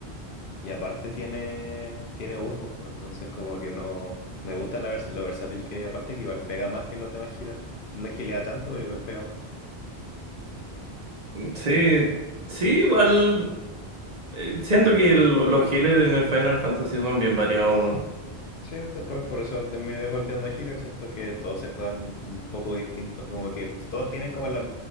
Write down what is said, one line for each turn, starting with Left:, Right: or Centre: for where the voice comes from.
Left: y aparte tiene, tiene bufos, pues entonces como que no... Me gusta la vers- lo versátil que aparte que igual pega más que los demás healers. No gilea tanto, pero igual pega más.
Right: Sí, sí, igual eh, siento que lo- los healers en el Final Fantasy son bien variados, weón.
Left: Sí, de- por, por eso terminé defaulteando a healer. Siento que todos se juegan un poco distinto. Como que todos tienen como las